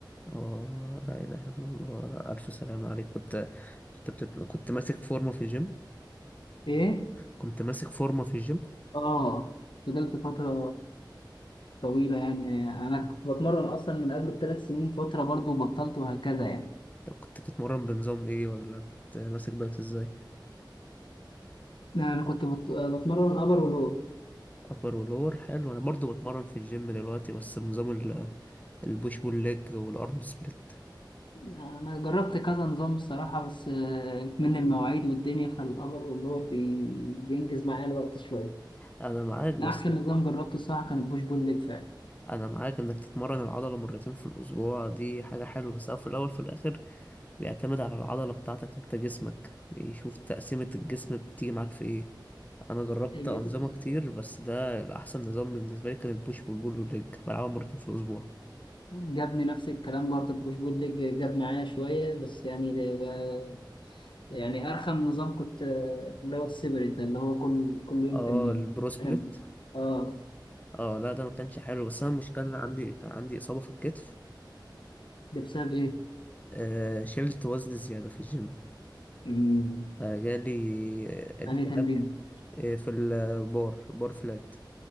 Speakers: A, on the left (about 20°); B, on the left (about 80°).
A: اه لا اله الا الله لا الف سلام عليك كنت كنت بتت... كنت ماسك فورمة في الجيم
B: إيه؟
A: كنت ماسك فورمة في الجيم
B: آه فضلت فترة طويلة يعني أنا كنت بتمرن أصلا من قبل الثلاث سنين فترة برضو بطلت وهكذا يعني
A: طب كنت بتتمرن بنظام ايه ولا كنت ماسك دايت ازاي
B: لا، أنا كنت بت- بتمرن أبر ولور
A: ابر ولور حلو انا برضو بتمرن في الجيم دلوقتي بس بنظام ال- البوش بول ليج والارم سبليت
B: انا جربت كذا نظام الصراحه بس آه، من المواعيد والدنيا فالامر اللي هو بي- بينجز معايا الوقت شويه
A: انا معاك
B: لا،
A: بس
B: احسن نظام جربته الصراحه كان البوش بول ليج فعلا
A: انا معاك انك تتمرن العضله مرتين في الاسبوع دي حاجه حلوه بس هو في الاول في الاخر بيعتمد على العضله بتاعتك انت جسمك يشوف تقسيمه الجسم بتيجي معاك في ايه انا جربت
B: ج-
A: انظمه كتير بس ده الاحسن نظام بالنسبه لي كان البوش والبول والليج بلعبها مرتين في الاسبوع
B: جابني نفس الكلام برضه البوش بول ليج جاب معايا شويه بس يعني ب- يعني ارخم نظام كنت آه، اللي هو السيبريت ده اللي هو كل كل يوم
A: اه
B: تمرين
A: البرو سبليت
B: كان اه
A: اه لا ده ما كانش حلو بس انا المشكله إن انا عندي كان عندي اصابه في الكتف
B: ده بسبب ايه؟
A: آه شلت وزن زياده في الجيم
B: مم،
A: فجالي التهاب
B: يعني تمرين
A: آه، في البار بار فلات